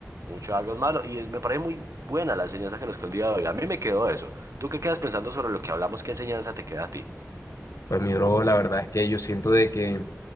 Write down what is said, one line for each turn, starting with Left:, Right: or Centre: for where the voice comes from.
Right: Mucho algo es malo. Y es- me parece muy buena la enseñanza que nos quedó el día de hoy. A mí me quedó eso. ¿Tú qué quedas pensando sobre lo que hablamos? ¿Qué enseñanza te queda a ti?
Left: Pues mi bro, la verdad es que yo siento de que